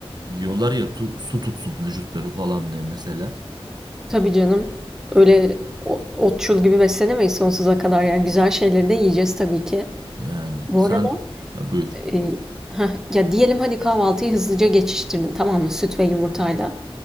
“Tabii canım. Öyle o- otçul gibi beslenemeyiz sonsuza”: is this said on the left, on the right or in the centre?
Centre